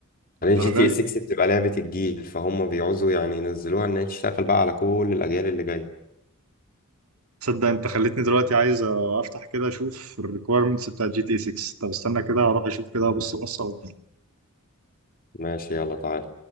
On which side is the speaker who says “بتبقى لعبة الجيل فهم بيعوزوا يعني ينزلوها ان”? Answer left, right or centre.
Left